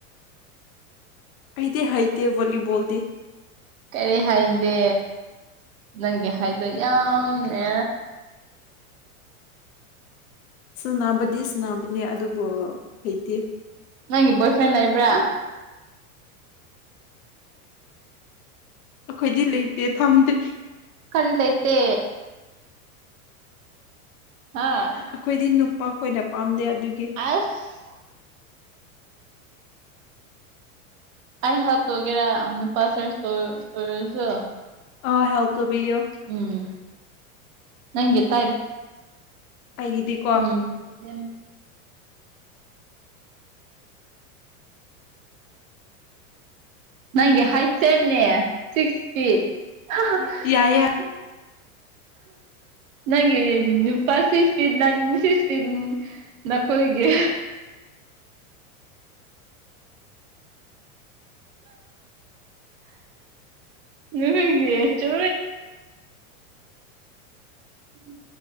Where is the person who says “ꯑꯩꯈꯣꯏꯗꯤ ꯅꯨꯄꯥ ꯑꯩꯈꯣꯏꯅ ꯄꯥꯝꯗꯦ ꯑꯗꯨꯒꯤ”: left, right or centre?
Left